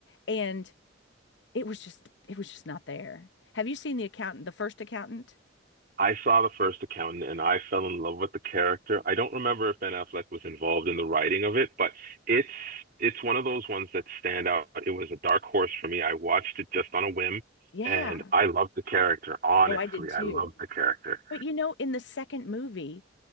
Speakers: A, on the left; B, on the right.
A: and it was just it was just not there. Have you seen The Accountant, the first accountant?
B: I saw the first accountant and I fell in love with the character. I don't remember if Ben Affleck was involved in the writing of it, but it's it's one of those ones that stand out. It was a dark horse for me. I watched it just on a whim
A: Yeah.
B: and I loved the character. Honestly,
A: Oh, I did too.
B: I loved the character.
A: But you know, in the second movie,